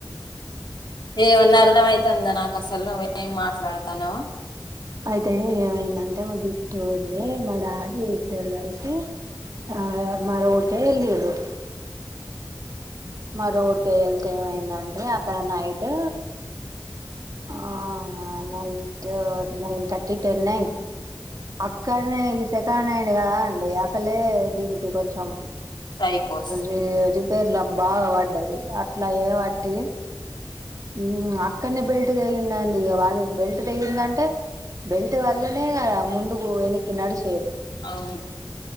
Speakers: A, on the left (about 70°); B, on the right (about 45°).
A: ఏమన్నా అర్థం అవుతుందా నాకు అసలు నువ్వేం మాట్లాడుతున్నావో
B: అయితే ఏమైందంటే మా బిట్టూడిని మా డాడీ ద్దర్ గల్సి ఆ మా రోడికే ఎలిన్రు మా రోడ్ కే వెళ్తే ఏమైందండి అక్కడ నైట్ ఆ నాయిట్ నైన్ థర్టీ టెన్ అ అక్కడనే ఇది సెకండ్ హ్యాండ్ కదా అండి అసలే దీనికి కొంచెం
A: సైకోస్
B: ర రిపేర్లా బాగా పడ్డది అట్లా ఏ బట్టి మ్ అక్కన్నే బెల్ట్ తెగిందన్ ఇగ వాది బెల్ట్ తెగిందంటే బెల్ట్ వల్లనే కదా ముందుకు వెనక్కి నడిచేది.
A: అవును